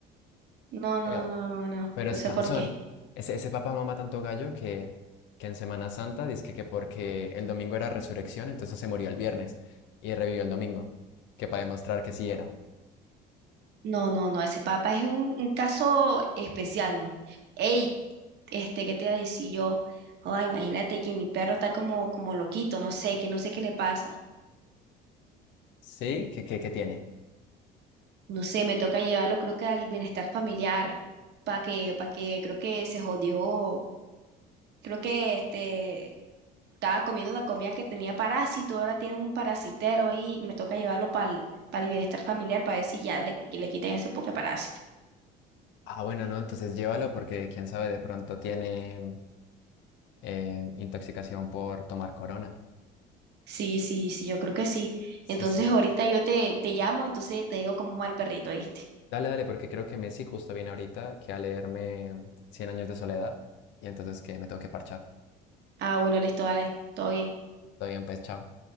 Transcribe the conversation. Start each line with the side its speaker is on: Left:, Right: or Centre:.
Right: no, no,
Left: Oiga,
Right: no, no, no,
Left: pero
Right: no
Left: es
Right: sé
Left: cansón.
Right: por qué.
Left: Ese, ese papá mama tanto gallo que, que en Semana Santa dice que porque el domingo era resurrección, entonces se murió el viernes y revivió el domingo, que para demostrar que sí era.
Right: No, no, no, ese papá es un, un caso especial, ¿no? Ey, este, ¿qué te iba a decir yo? Ay, imagínate que mi perro está como, como loquito, no sé, que no sé qué le pasa.
Left: ¿Sí? ¿Qué, qué, qué tiene?
Right: No sé, me toca llevarlo creo que al bienestar familiar, para que, para que, creo que se jodió Creo que este estaba comiendo una comida que tenía parásito, ahora tiene un parasitero y me toca llevarlo para el, para el bienestar familiar para ver si ya le, le quitan ese poke parásito.
Left: Ah, bueno, no, entonces llévalo porque quién sabe, de pronto tiene eh, intoxicación por tomar corona.
Right: Sí, sí, sí, yo creo que sí.
Left: Sí,
Right: Entonces
Left: sí.
Right: ahorita yo te, te llamo, entonces te digo cómo va el perrito, ¿viste?
Left: Dale, dale, porque creo que Messi justo viene ahorita que a leerme Cien años de soledad y entonces que me tengo que parchar.
Right: Ah, bueno, listo, dale, todo bien.
Left: Todo bien, pues, chao.